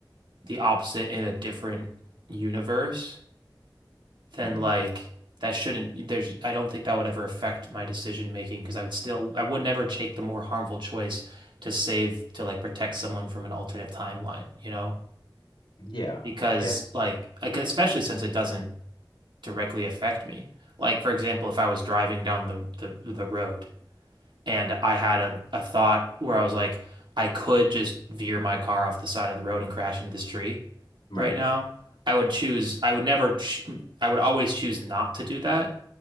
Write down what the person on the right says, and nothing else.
the opposite in a different universe, then
like that shouldn't there's I don't think that would ever affect my decision making because I would still I would never take the more harmful choice to save to like protect someone from an alternate timeline, you know?
Because
like like, especially since it doesn't directly affect me. Like for example, if I was driving down the the, the road and I had a, a thought where I was like, I could just veer my car off the side of the road and crash into this tree
right now. I would choose, I would never, ch I would always choose not to do that,